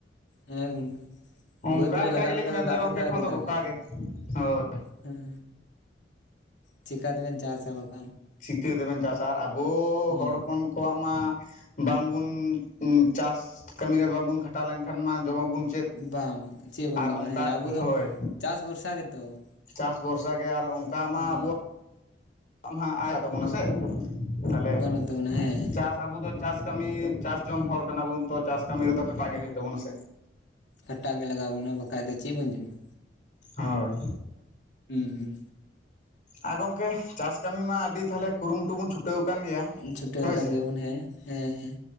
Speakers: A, on the left (about 80°); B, on the left (about 45°).
A: ᱦᱮᱸ ᱜᱚᱝᱠᱮ᱾
B: ᱚᱱᱠᱟ
A: ᱵᱟᱹᱫᱽ ᱨᱮ ᱞᱟᱜᱟᱜ
B: ᱜᱮᱞᱤᱧ
A: ᱞᱮᱠᱟ
B: ᱢᱮᱱᱫᱟ
A: ᱫᱚ ᱫᱟᱜ
B: ᱜᱚᱢᱠᱮ
A: ᱜᱮᱛᱚ
B: ᱮᱠᱷᱚᱱ
A: ᱟᱹᱣᱨᱤ
B: ᱫᱚ ᱜᱚᱴᱟ
A: ᱫᱟᱜᱟᱭ᱾
B: ᱜᱮ ᱦᱳᱭ
A: ᱦᱩᱸ᱾ ᱪᱤᱠᱟ ᱛᱮᱵᱮᱱ ᱪᱟᱥᱟ ᱵᱟᱠᱷ
B: ᱪᱤᱠᱟᱹ ᱛᱮᱵᱮᱱ ᱪᱟᱥᱟ ᱟᱨ ᱟᱵᱚ
A: ᱦᱩᱸ
B: ᱦᱚᱲ ᱦᱚᱯᱚᱱ ᱠᱚᱣᱟᱜ ᱢᱟ ᱵᱟᱝᱵᱚᱱ ᱪᱟᱥ ᱠᱟᱹᱢᱤ ᱨᱮ ᱵᱟᱵᱚᱱ ᱠᱷᱟᱴᱟᱣ ᱞᱮᱱᱠᱷᱟᱱ ᱢᱟ ᱡᱚᱢᱟᱵᱚᱱ ᱪᱮᱫ?
A: ᱵᱟᱝ ᱪᱮᱫ ᱵᱚᱱ
B: ᱟᱨ
A: ᱡᱚᱢᱟ
B: ᱚᱱᱠᱟ
A: ᱦᱮᱸ ᱟᱵᱚ ᱫᱚ
B: ᱦᱳᱭ᱾
A: ᱪᱟᱥ ᱵᱷᱚᱨᱥᱟ ᱜᱮᱛᱚ
B: ᱪᱟᱥ ᱵᱷᱚᱨᱥᱟ ᱜᱮ ᱟᱨ ᱚᱱᱠᱟ
A: ᱦᱩᱸ
B: ᱢᱟ ᱟᱵᱚᱣᱟᱜ ᱟᱢ ᱦᱟᱸᱜ <unintelligible> ᱛᱟᱵᱚᱱᱟ ᱥᱮ ᱛᱟᱦᱚᱞᱮ
A: ᱵᱟᱹᱱᱩᱜ ᱛᱟᱵᱚᱱᱟ ᱦᱮᱸ
B: ᱪᱟᱥ ᱥᱟ ᱟᱵᱚ ᱫᱚ ᱪᱟᱥ ᱠᱟᱹᱢᱤ ᱪᱟᱥ ᱡᱚᱢ ᱦᱚᱲ ᱠᱟᱱᱟ ᱵᱚᱱ, ᱛᱚ ᱪᱟᱥ ᱠᱟᱹᱢᱤ ᱨᱮᱫᱚ ᱠᱷᱟᱴᱟᱜ ᱜᱮ ᱦᱩᱭᱩᱜ ᱛᱟᱵᱚᱱᱟ ᱥᱮ᱾
A: ᱠᱷᱟᱴᱟᱜ ᱜᱮ ᱞᱟᱜᱟᱣ ᱵᱚᱱᱟ ᱵᱟᱠᱷᱟᱡ ᱫᱚ ᱪᱮᱫ ᱵᱚᱱ ᱡᱚᱢᱟ᱾
B: ᱦᱳᱭ
A: ᱦᱩᱸ ᱦᱩᱸ᱾
B: ᱟᱨ ᱜᱚᱢᱠᱮ ᱪᱟᱥ ᱠᱟᱹᱢᱤ ᱢᱟ ᱟᱹᱰᱤ ᱛᱟᱞᱦᱮ ᱠᱩᱨᱩᱢᱩᱴᱩ ᱵᱚᱱ ᱪᱷᱩᱴᱟᱹᱣ ᱟᱠᱟᱱ ᱜᱮᱭᱟ
A: ᱪᱷᱩᱴᱟᱹᱣ
B: ᱦᱳᱭ
A: ᱟᱠᱟᱱ
B: ᱥᱮ᱾
A: ᱜᱮᱭᱟᱵᱚᱱ ᱦᱮᱸ ᱦᱮᱸ ᱦᱮᱸ